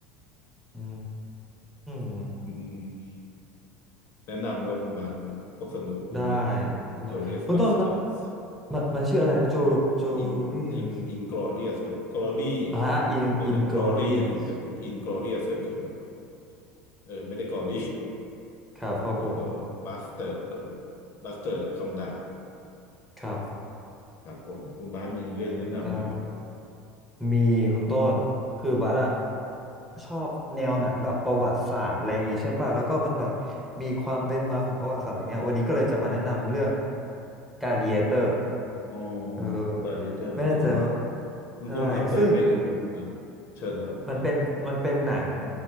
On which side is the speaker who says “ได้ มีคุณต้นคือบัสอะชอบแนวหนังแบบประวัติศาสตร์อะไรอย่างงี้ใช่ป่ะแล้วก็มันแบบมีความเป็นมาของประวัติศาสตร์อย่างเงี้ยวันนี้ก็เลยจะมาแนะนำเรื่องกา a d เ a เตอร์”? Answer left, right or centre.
Centre